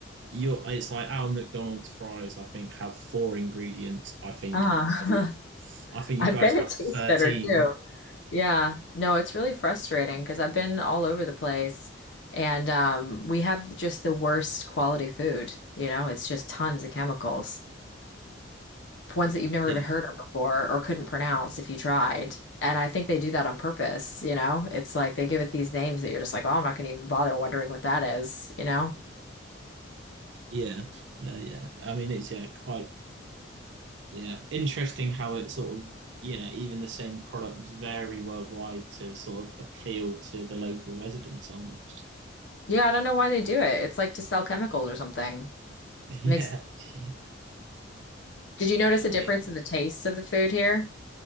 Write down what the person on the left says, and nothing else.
uh
<laughs>
I
bet it
tastes
better too. Yeah. No, it's really frustrating because I've been all over the place and um we have just the worst quality food. You know, it's just tons of chemicals. ones that you've never
even heard of before or couldn't pronounce if you tried. And I think they do that on purpose, you know? It's like they give it these names that you're just like, oh, I'm not going to even bother wondering what that is, you know?
Yeah, I don't know why they do it. It's like to sell chemicals or something.
It makes
Did you notice
a difference
in the tastes of the food here?